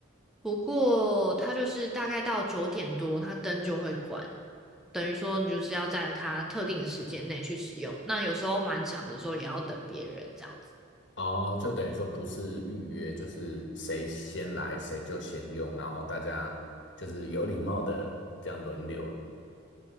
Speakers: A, in the centre; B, on the left.
A: 不过它就是大概到九点多，它灯就会关，等于说你就是要在它特定的时间内去使用。那有时候蛮长的时候也要等别人这样子。
B: 哦，就等于说不是预约，就是谁先来谁就先用，然后大家就是有礼貌的这样轮流。